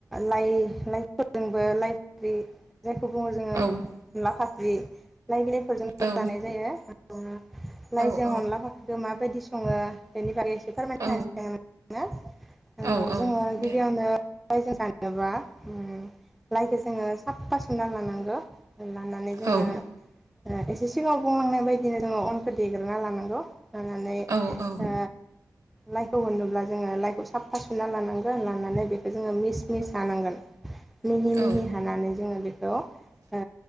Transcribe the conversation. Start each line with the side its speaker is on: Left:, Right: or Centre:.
Centre: लाइ लाइफोरजोंबो लाइ ओंख्रि जायखौ बुङो जोङो
Right: औ
Centre: अनला फाख्रि लाइ बिलाइफोरजोंबो
Right: औ
Centre: जानाय जायो। <inaudible> लाइजों
Right: औ औ
Centre: अनला फाख्रि मा बादि स सङो बेनि बागै फोरमायना
Right: औ
Centre: <inaudible> ओ
Right: औ औ
Centre: जोङो गिबियावनो
Right: दे
Centre: <unintelligible> जेनबा उम लाइखौ जोङो साफा सोमना लानांगौ लानानै जोङो
Right: औ
Centre: एसे सिगाङाव बुंलांनाय बायदिनो जोङो अनखौ देग्रोना लानांगौ लानानै
Right: औ औ
Centre: ओ लाइ खौ होनोब्ला जोङो लाइखौ साफा सुना लानांगोन लानानै बेखौ जोङो मिस मिस हानांगोन। मिहि मिहि
Right: औ
Centre: हानानै जोङो बेखौ ओ